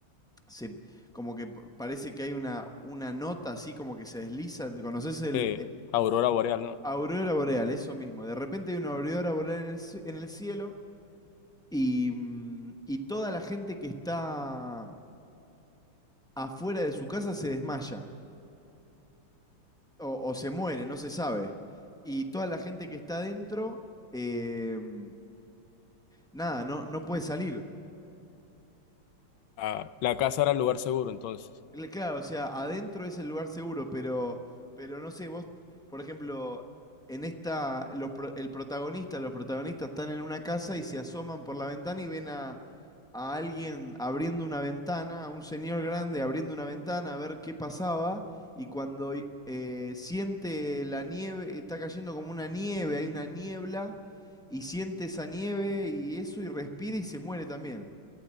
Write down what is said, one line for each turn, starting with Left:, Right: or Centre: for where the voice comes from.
Centre: se como que p- parece que hay una, una nota así como que se desliza. ¿Conoces
Left: Sí,
Centre: el, el-
Left: Aurora Boreal, ¿no?
Centre: aurora boreal? Eso mismo. De repente hay una aurora boreal en el, ci- en el cielo y, mm, y toda la gente que está afuera de su casa se desmaya o, o se muere, no se sabe. Y toda la gente que está adentro em, Nada, no, no puedes salir.
Left: Ah, la casa era el lugar seguro, entonces.
Centre: Le- Claro, o sea, adentro es el lugar seguro, pero, pero no sé, vos, por ejemplo, en esta, los, pro- el protagonista, los protagonistas están en una casa y se asoman por la ventana y ven a, a alguien abriendo una ventana, a un señor grande abriendo una ventana a ver qué pasaba, y cuando i- eh, siente la nieve, está cayendo como una nieve, hay una niebla, y siente esa nieve y eso y respira y se muere también.